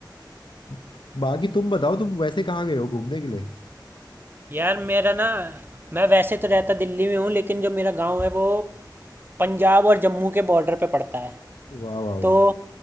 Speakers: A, on the left (about 85°); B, on the right (about 25°).
A: <laughs> बाकी तुम बताओ तुम वैसे कहाँ गए हो घूमने के लिए
B: यार मेरा ना मैं वैसे तो रहता दिल्ली में हूँ लेकिन जो मेरा गांव है वो पंजाब और जम्मू के बॉर्डर पे पड़ता है
A: वाह वाह
B: तो
A: वाह